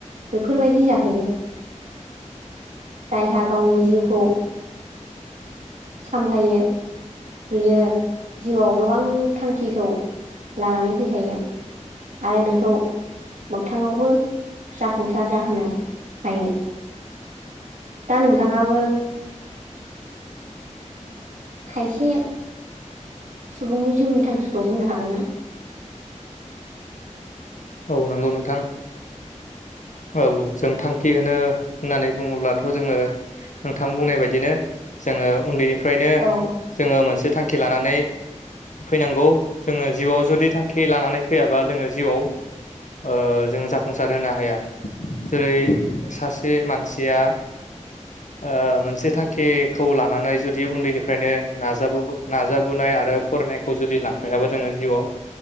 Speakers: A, on the right (about 75°); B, on the left (about 70°).
A: बेफोरबायदि जाहैयो जायहा गावनि जिउखौ सामलायो बियो जिउआव गोबां थांखिखौ लानानै फैखायो आरो बेखौ मोगथाङावबो जाफुंसार जाहोनो हायो दा नोंथाङाबो खायसे सुबुंनि जिउनि थांखिखौ बुंनो हागोनना?
B: औ नंगौ नोंथां औ जों थांखि होनो होननानै बुङोब्लाथ जोङो नोंथां बुंनाय बायदिनो जोङो उन्दैनिफ्रायनो
A: औ
B: जोङो मोनसे थांखि लानानै फैनांगौ जोङो जिउआव जुदि थांखि लानानै फैयाबा जोङो जिउआव ओ जों जाफुंसार होनो हाया जेरै सासे मानसिया ओ मोनसे थांखिखौ लानानै जुदि उन्दैनिफ्रायनो नाजाब नाजाबोनाय आरो फरायनायखौ जुदि लांफायाबा जोङो जिउआव